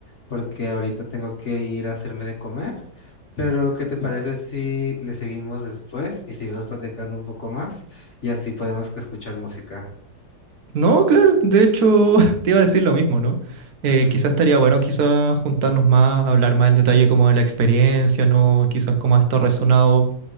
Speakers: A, on the left; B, on the right.
A: porque ahorita tengo que ir a hacerme de comer. Pero ¿qué te parece si le seguimos después y seguimos platicando un poco más? Y así podemos que escuchar música.
B: No, claro, de hecho <laughs> te iba a decir lo mismo, ¿no? Eh,
A: Ajá.
B: quizás estaría bueno quizás juntarnos más, hablar más en detalle como de la experiencia, ¿no? Quizás como esto ha resonado,